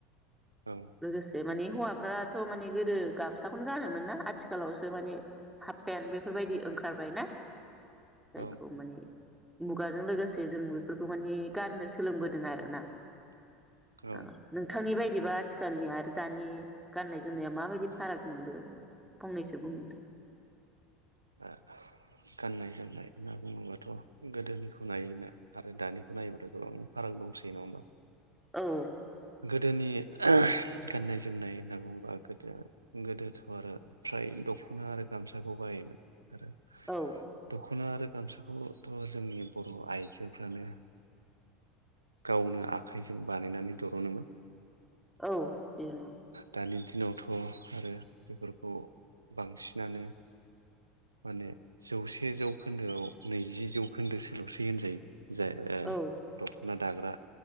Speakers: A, on the right; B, in the centre.
A: औ
B: लोगोसे माने हौवाफ्राथ' माने गोदो गामसाखौनो गानोमोन ना आथिखालावसो माने हाबपेेनट बेफोरबायदि ओंखारबाय ना जायखौ
A: औ
B: माने मुगाजों लोगोसे जों बेफोरखौ माने गाननो सोलोंबोदों आरोना
A: औ
B: ओ नोंथांनि बाय दिबा आथिखालनि आरो दानि गाननाय जोमनाया माबायदि फाराग नुदो फंनैसो बुंहरदो
A: ओ गाननाय जोमनाय होनना बुङोबाथ' गोदोनिखौ नायोना आरो दानिखौ नायोबाथ' गोबां फाराग दंसै नङा होमबा
B: औ
A: गोदोनि <unintelligible> गाननाय जोमनाय होनना बुङोबा गोदो गोदोथ' आरो फ्राय दख'ना आरो गामसाखौ बाहायोमोन आरो
B: औ
A: दख'ना आरो गामसाखौथ' जोंनि बर' आइजोफ्रानो गावनो आखाइजों बानायनानै दर'नोमोन
B: औ बेनो
A: दानि दिनावथ' आरो बेफोरखौ बांसिनानो माने जौसे जौखोन्दोआव नैजि जौखोन्दो सोल'सै होनजायो जाय ओ
B: औ
A: दख ना दाग्रा